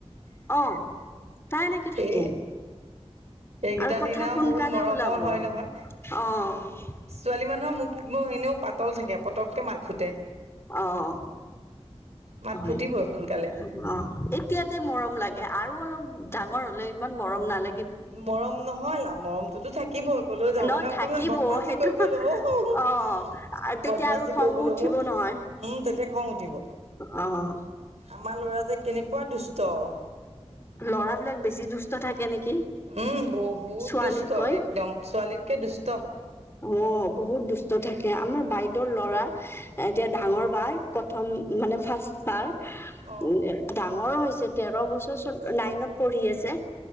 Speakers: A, on the left; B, on the right.
A: অঁ অ অ। তাই এনেকে থাকে
B: এই এইকেইটা
A: আৰু কথা
B: দিন
A: সোনকালে
B: বহুত মৰমৰ
A: ওলাব
B: হয়
A: অঁ অ
B: নহয়
A: অ অ অ অ
B: ছোৱালী মানুহৰ মুখ বোৰ এনেও পাতল থাকে পতককে মাত ফুটে
A: অ অ অ অ,
B: মাত
A: হয়,
B: ফুটিবই সোনকালে
A: উম উম অ অ এতিয়া যে মৰম লাগে আৰু অলপ ডাঙৰ হলে ইমান মৰম নালা
B: মৰম নহয় লা মৰমটোতো থাক কিব আৰু কলৈযাব
A: ন
B: মানে
A: থাকিব
B: অকমান বদমাচি
A: সেইটো
B: কৰিব লব উহু উমহু
A: অ
B: সে এ এ এ
A: আৰু তেতিয়া
B: বদমাচি
A: আৰু খঙো
B: কৰিব ল'ব
A: উঠিব নহয়।
B: উম তেতিয়া খং উঠিব।
A: অহ অহ
B: আমাৰ ল'ৰা যে কেনেকুৱা দুষ্ট অ অ।
A: লৰাবিলাক বেছি দুষ্ট থাকে নেকি?
B: উম বহুত
A: ছোৱালীতকৈ
B: দুষ্ট একদম ছোৱালীতকে দুষ্ট।
A: অঁ অ অ, বহুত দুষ্ট থাকে। সেয়া আমাৰ সি ই ই ই বাইদেউৰ ল'ৰা এতিয়া ডাঙৰ বাৰ প্ৰথম মানে ফাৰ্ষ্ট বাৰ সেইয়া
B: অ
A: উম দে ডাঙৰ হৈছে তেৰ বছৰ চৈদ নাইনত পঢ়ি আছে। টুং টা